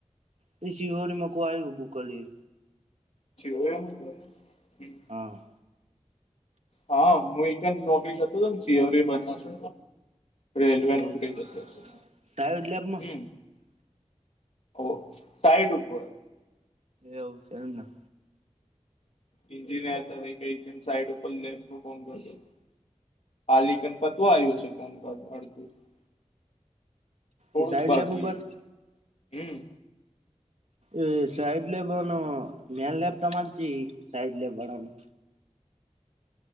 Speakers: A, on the right (about 70°); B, on the left (about 65°).
A: પશિહોને મક આવી બુકલી.
B: જી હો <unintelligible>
A: હા
B: હા હું એક જ નોકરી કરતો હતોમ સીઓરી બનાવશ. રેલવે
A: એવું
B: નો બ્રિજ
A: છે
B: હતો હતો
A: સાઈડ લેબમાં
B: હમ. ઓ સાઈડ ઉપર
A: એવુ છે એમના
B: એન્જિનર <inaudible> કઈ સાઈડ ઉપર <inaudible> <unintelligible> થોડું
A: એ સાઈડ
B: ક બાકી
A: લેબ ઉપર
B: હે હમ.
A: એ સાઈડ લેબવાનો મેન લેબ તમારી છે સાઈડ લેવાનો.